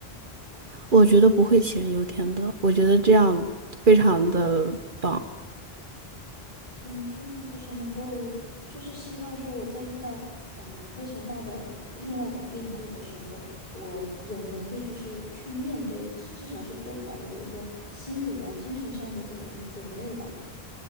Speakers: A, on the right; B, on the left.
A: 我觉得不会杞人忧天的，我觉得这样非常的棒。
B: 怎么说呢？就是能够，就是希望说我在遇到呃非常大的另外的变故的时候，我有能力就是去面对，至少是做好了，比如说心理啊、精神上的这种准备吧，